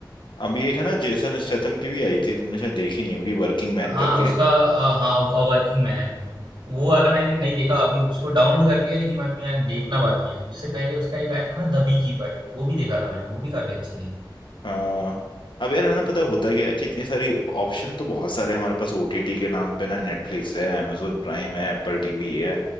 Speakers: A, on the left; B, on the right.
A: अभी एक है ना जेसन स्टेथम की भी आई थी तुमने शायद देखी नहीं होगी वर्किंग मैन
B: हाँ
A: करके
B: उसका अ, हाँ Working man वो वाला मैंने नहीं देखा अभी उसको डाउनलोड कर लिया लेकिन अभी मैं देखना बाकी है उससे पहले उसका एक आया था ना द बी कीपर वो भी देखा था मैंने वो भी काफी अच्छी थी
A: हाँ अब यार है ना पता होता क्या है कि इतनी सारी ऑप्शन तो बहुत सारे हैं हमारे पास ओटीटी के नाम पे ना नेटफ्लिक्स है amazon प्राइम है एप्पल tv है